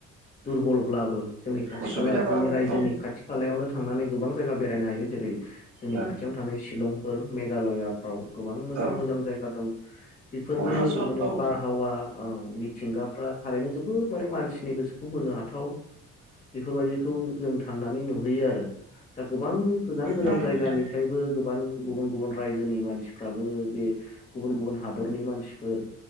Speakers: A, on the left; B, on the right.
A: दुरबलब्लाबो जोंनि खाथि
B: उसुबिदाबा
A: खाला जोंनि
B: औ
A: रायजोनि
B: औ
A: खाथि खालायावनो थांनानै गोबां जायगा बेरायनो हायो जेरै जोंनि
B: औ
A: खाथियावनो थानाय शिलं फोर मेघालयाफ्राव गोबां मोजां
B: औ
A: मोजां जायगा दं बेफोरनि
B: अरुणाचल
A: माने
B: औ
A: बारहावा औ मिथिंगाफ्रा थारैनो जोबोद माने मानसि। नि गोसोखौ बोनो हाथाव बेफोरबायदिखौ जों थांनानै नुहैयो आरो। दा गोबां गोजान गोजान
B: नंगौ
A: जायगानिफ्रायबो
B: नोंथां
A: गोबां। गुबुन गुबुन रायजोनि मानसिफ्राबो बे। गुबुन गुबुन हादरनि मानसिफोर